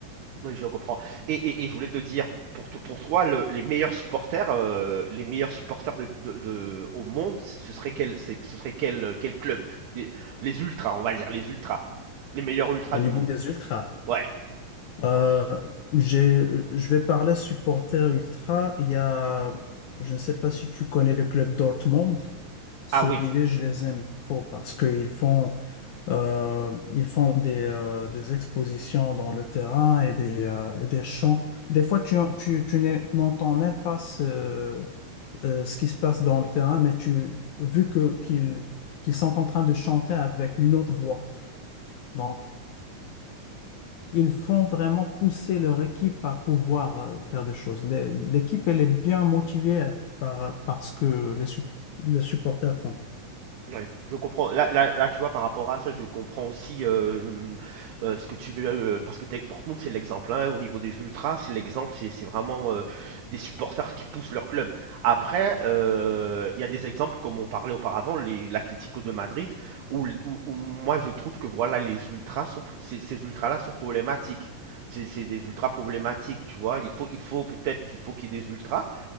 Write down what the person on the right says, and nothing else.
Oui, je comprends. Et, et- et je voulais te dire, pour, to- pour toi, le- les meilleurs supporters, euh, les meilleurs supporters de, de- de- au monde, ce serait quel, c'est- ce serait quel, quel club? Des- les ultras, on va dire, les ultras. Les meilleurs ultras
du
monde.
Ouais.
Ah oui,
Ouais, je comprends. Là, là, là, tu vois, par rapport à ça, je comprends aussi euh, euh, ce que tu veux. euh, parce que Dec- Dortmund, c'est l'exemple. hein, au niveau des ultras, c'est l'exemple. C'est c'est vraiment euh, des supporters qui poussent leur club. Après, euh, il y a des exemples, comme on parlait auparavant, les- l'Atlético de Madrid, où, où- où moi, je trouve que voilà, les ultras sont, ces, ces ultras-là sont problématiques. C'est c'est des ultras problématiques, tu vois. Il faut, il faut peut-être qu'il faut qu'il y ait des ultras,